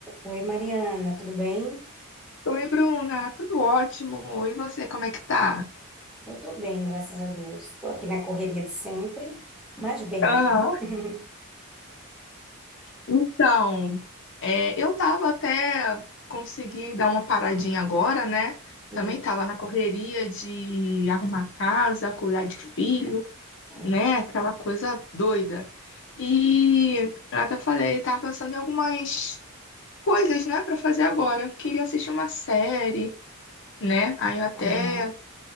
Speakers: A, in the centre; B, on the left.
A: Oi, Mariana, tudo bem?
B: Oi, Bruna, tudo ótimo. E você, como é que tá?
A: Eu tô bem, graças a Deus. Estou aqui na correria de sempre, mas bem.
B: Aham.
A: <laughs>
B: Então, é, eu tava até consegui dar uma paradinha agora, né?
A: Sim,
B: Também tava na correria de arrumar casa, cuidar de filho,
A: é.
B: né? Aquela coisa doida. E eu até falei, tava pensando em algumas coisas, né, Pra fazer agora. Queria assistir uma série, né? Aí eu até
A: Aham,